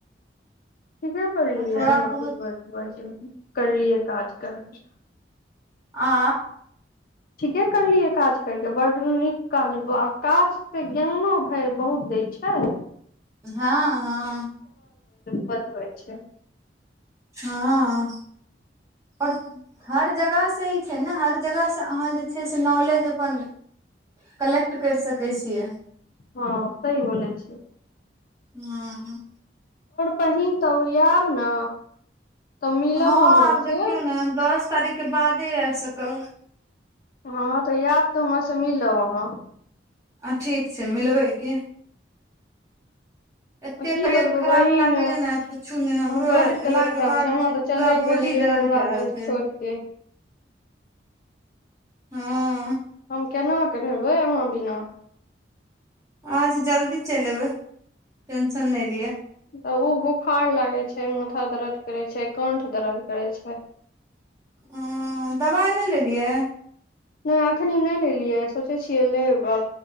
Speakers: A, on the left; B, on the right.
A: ठीके करलियै
B: आ थोड़ा
A: अहां
B: बहुत
A: करलियए काज करके
B: आ
A: ठीके करलियै काज करकेऽ बड़ नीक काज ब काज से ज्ञानो भाय बहुत दै छै
B: हँ हँ
A: बनबै छै
B: हँ ओर हर जगहसँ ही छै ने हर जगहसँ अहाँ जे छै से नॉलेज अपन कलेक्ट करि सकैत छियै
A: हँ स ई बो छियै
B: हँ
A: पहिन तऽ आब ने तऽ मिलब
B: हँ
A: हमरा
B: आब देखियौ
A: से
B: ने दस तारीख के बादे आबि सकब
A: हँ तऽ याद तऽ हमर से मिलब अहाँ
B: ह ठीक छै मिलबै की एते
A: की
B: तबियत
A: बतबै
B: खराब
A: बहिन
B: लागे या ने पुछू ने हमरो
A: बड तबियत
B: एला के
A: खराब
B: बाद जे
A: अहाँ
B: छै पूरा
A: तऽ चले
B: बॉडी
A: गेलियै
B: दर्द
A: हमरा
B: क रहल
A: तऽ
B: छै
A: छोड़ के
B: हँ
A: हम केना करेबै अहाँ बिना
B: अहां सँ जल्दी चलि एबै टेंशन नहि लिअ
A: तऽ ओ बोखार लागै छै माथा दर्द करै छै कणठ दर्द करै छै
B: हां दबाइ नहि लेलियै
A: नहि एखनी नहि लेलियै सोचै छियै लेबै